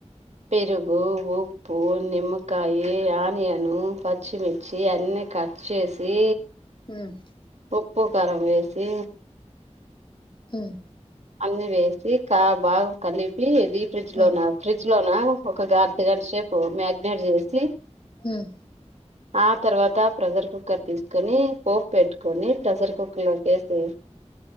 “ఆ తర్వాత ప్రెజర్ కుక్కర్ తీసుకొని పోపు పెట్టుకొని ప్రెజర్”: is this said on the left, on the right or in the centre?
Right